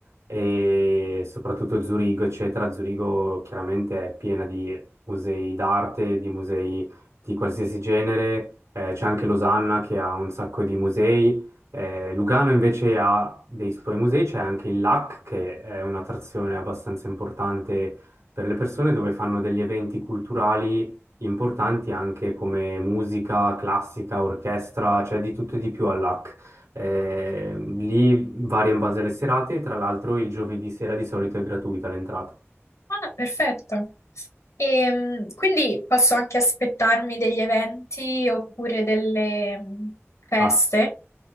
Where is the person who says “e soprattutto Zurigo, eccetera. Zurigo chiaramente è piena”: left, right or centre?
Right